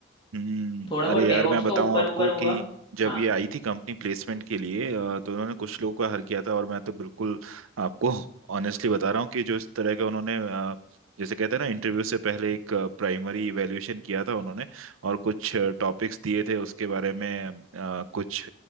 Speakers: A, on the right (about 80°); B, on the left (about 25°).
A: हम्म
B: थोड़ा बहुत
A: अरे
B: डेवऑप्स
A: यार मैं बताऊं
B: का ऊपर
A: आपको
B: ऊपर होगा
A: कि जब
B: हाँ
A: ये आई थी कंपनी प्लेसमेंट के लिए अ, तो उन्होंने कुछ लोगों का हर किया था और मैं तो बिल्कुल आपको ऑनेस्टली बता रहा हूँ कि जो इस तरह का उन्होंने अ, जैसे कहते हैं ना इंटरव्यू से पहले एक प्राइमरी इवैल्यूएशन किया था उन्होंने और कुछ टॉपिक्स दिए थे उसके बारे में अ, कुछ